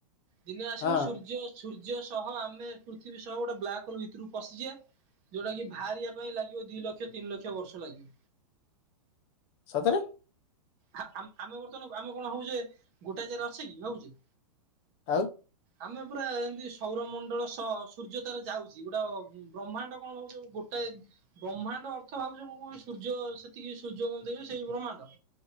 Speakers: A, on the right (about 40°); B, on the left (about 35°).
A: ଦିନେ ଆସିବ
B: ହଁ
A: ସୂର୍ଯ୍ୟ ଅଛ ସୂର୍ଯ୍ୟ ସହ ଆମେ ପୃଥିବୀ ସହ ଗୋଟେ ବ୍ଲାକ୍ ହୋଲ ଭିତରୁକୁ ପଶିଯିଆ। ଯୋଉଟା କି ଭାହାରିବା ପାଇଁ ଲାଗିବ ଦିଲକ୍ଷ ତିନିଲକ୍ଷ ବର୍ଷ ଲାଗିବ।
B: ସତରେ।
A: ହାଆ ଆମ୍ ଆମେ ବର୍ତ୍ତମାନ ଆମେ କଣ ଭାବୁଚେ ଗୋଟେ ଜାଗାରେ ଅଛେ କି ଭଉଚେ।
B: ଆଉ।
A: ଆମେ ପୁରା ଏମତି ସୌରମଣ୍ଡଳ ସହ ସୂର୍ଯ୍ୟ ତାର ଯାଉଛି। ଗୋଟେ ବ୍ରହ୍ମାଣ୍ଡ କଣ ହଉଛ ଗୋଟା <unintelligible> ବ୍ରହ୍ମାଣ୍ଡ ଅର୍ଥ ଭାବୁଚେ ମୁ <unintelligible> ସୂର୍ଯ୍ୟ ସେତିକି ସୂର୍ଯ୍ୟଙ୍କ ଦେଇ ସେଇ ବ୍ରହ୍ମାଣ୍ଡ।